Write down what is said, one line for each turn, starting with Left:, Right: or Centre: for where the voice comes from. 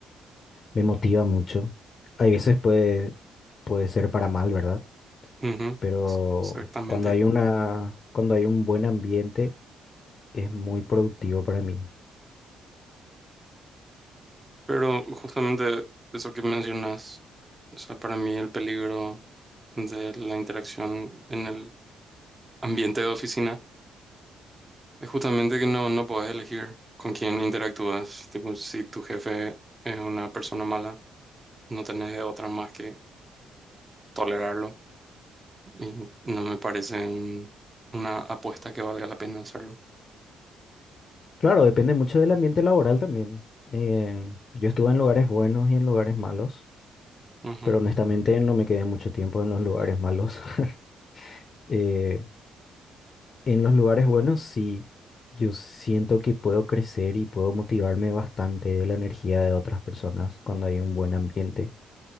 Left: me motiva mucho. Hay veces puede, puede ser para mal, ¿verdad?
Right: Ujú,
Left: Pero
Right: exactamente.
Left: cuando hay una, cuando hay un buen ambiente, es muy productivo para mí.
Right: Pero justamente eso que mencionas, o sea, para mí el peligro de la interacción en el ambiente de oficina Es justamente que no, no podés elegir con quién interactúas. Tipo, si tu jefe es una persona mala, no tenés de otra más que tolerarlo. Y no me parece un- una apuesta que valga la pena hacerlo.
Left: Claro, depende mucho del ambiente laboral también. Em, yo estuve en lugares buenos y en lugares malos,
Right: Ujú.
Left: pero honestamente no me quedé mucho tiempo en los lugares malos. <laughs> Eh, en los lugares buenos sí, yo siento que puedo crecer y puedo motivarme bastante de la energía de otras personas cuando hay un buen ambiente.